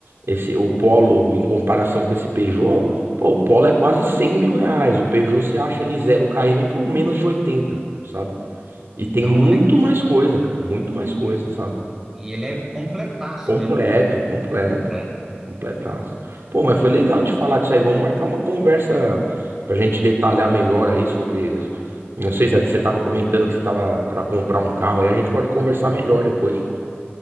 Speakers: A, on the right; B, in the centre.
A: esse, o Polo em comparação com esse Peugeot, pô, o Polo é quase 100 mil reais. O Peugeot você acha ele zero km por menos de oitenta sabe?
B: Então,
A: E tem muito
B: olha que
A: mais coisa, cara, muito mais coisa,
B: e,
A: sabe?
B: e ele é completaço
A: Completo,
B: mesmo, né?
A: completo,
B: Completo.
A: completaço. Pô, mas foi legal de falar disso aí. Vamos marcar uma conversa pra gente detalhar melhor aí sobre isso. Não sei se você tava comentando que você tava pra comprar um carro aí, a gente pode conversar melhor depois, pô.